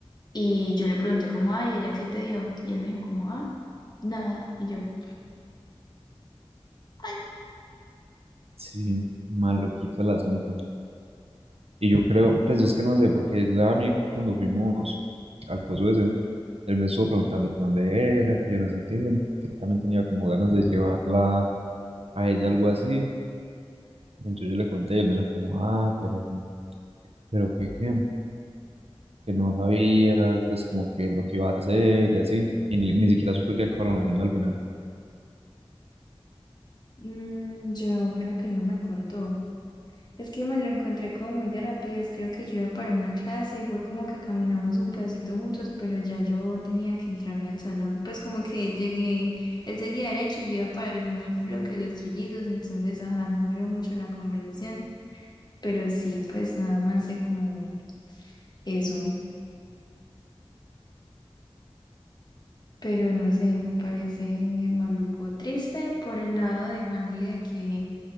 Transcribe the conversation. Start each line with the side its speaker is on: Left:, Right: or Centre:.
Left: y yo le pregunté como, ay, ¿ella qué te dio? Y él me dijo como, ah. Nada. Y yo, ay,
Right: Sí, maloquito el asunto. Y yo creo, pues es que no sé, porque él a mí cuando fuimos al coso ese, él me estuvo preguntando que dónde era, que yo no sé qué, que él también tenía como ganas de llevarla a ella, algo así. Y entonces yo le conté y él me dijo como, ah, pero, pero qué, qué, que no sabía, pues como que lo que iba a hacer y así. Y ni, ni siquiera supe qué acabaron haciendo al final.
Left: mm, yo creo que él no me contó. Es que me lo encontré como muy de rapidez. Creo que yo iba para una clase y fue como que caminamos un pedacito juntos, pero ya yo tenía que entrarme al salón. Pues como que llegué, él seguía derecho y yo iba para algunos bloques de los trillidos, entonces, ajá, no duró mucho la conversación. Pero sí, pues nada más sé como eso. Pero no sé, me parece maluco triste por el lado de Juan y de que,